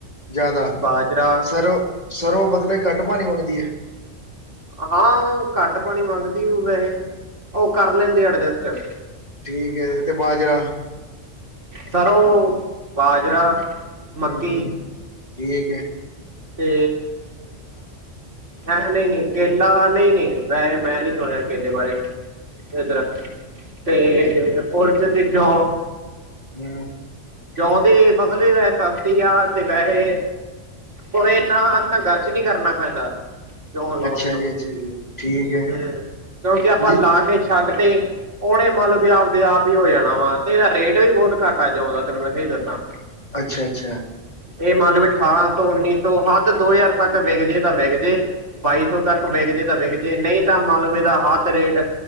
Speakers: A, on the left; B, on the right.
A: ਜਾਦਾ
B: ਬਾਜਰਾ
A: ਸਰੋਂ, ਸਰੋਂ ਮਤਲਬ ਹੀ ਘੱਟ ਪਾਨੀ ਮੰਗਦੀ ਏ।
B: ਹਾਂ ਘੱਟ ਪਾਨੀ ਮੰਗਦੀ ਉਹ ਵੈਹੇ। ਉਹ ਕਰ ਲੈਂਦੇ ਆ ਅਰਜਸਟ।
A: ਠੀਕ ਹੈ ਤੇ ਬਾਜਰਾ
B: ਸਰ੍ਹੋਂ, ਬਾਜਰਾ। ਮੱਕੀ
A: ਹੂੰ-ਹੂੰ ਠੀਕ ਐ।
B: ਤੇ ਹੈ ਨਈ-ਨਈ ਕੇਲਾ ਨਈ-ਨਈ ਵੈਹੇ ਮੈਂ ਨੀ ਸੁਣਿਆ ਕੇਲੇ ਬਾਰੇ। ਇਧਰ ਆ ਤੇ
A: ਹੂੰ
B: <unintelligible> ਦੀ ਜੋਬ
A: ਹੂੰ
B: ਜੋ ਦੀ ਫਸਲ ਵੀ ਵੈਹੇ ਸਸਤੀ ਆ ਤੇ ਵੈਹੇ ਉਹ ਇਨਾ ਗਰ- ਕੁਛ ਨੀ ਕਰਨਾ ਪੈਂਦਾ। ਜੋ ਲੋਣ
A: ਅੱਛਾ
B: ਨੂੰ
A: ਜੀ, ਅੱਛਾ ਜੀ, ਠੀਕ ਹੈ
B: ਤੇ ਕਿਉਂਕਿ ਆਪਾਂ
A: ਜੀ,
B: ਲਾ ਕੇ- ਛੱਡ ਤੇ ਉਹਨੇ ਮਲ ਵੀ ਆਪਦੇ ਆਪ ਹੀ ਹੋ ਜਾਣਾ ਵਾ ਤੇ ਇਹ ਰੇਟ ਵੀ ਬੋਹਤ ਘੱਟਾ ਆ ਜੋ ਦਾ। ਤੈਨ ਮੈਂ ਸਹੀ ਦਸਾ।
A: ਅੱਛਾ-ਅੱਛਾ।
B: ਇਹ ਮੰਨ ਲ ਵੀ, ਅਠਾਰਾਂ ਸੌ, ਉੱਨੀ ਸੌ, ਹੱਦ ਦੋ ਹਜ਼ਾਰ ਤੱਕ ਵਿਕਜੇ ਤਾਂ ਵਿਕਜੇ। ਬਾਈ ਸੌ ਤੱਕ ਵੇਕ ਜੇ ਤੇ ਵੇਕ ਜੇ ਨਈ ਤਾਂ ਮਾਲਵੇ ਦਾ ਹੱਦ ਰੇਟ